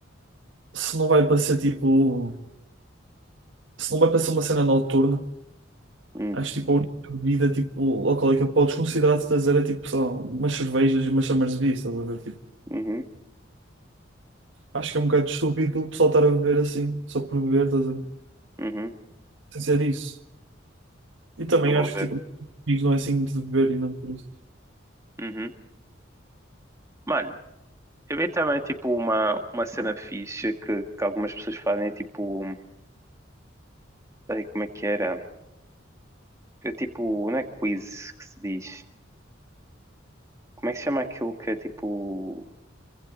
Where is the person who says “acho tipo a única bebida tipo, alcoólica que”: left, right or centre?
Right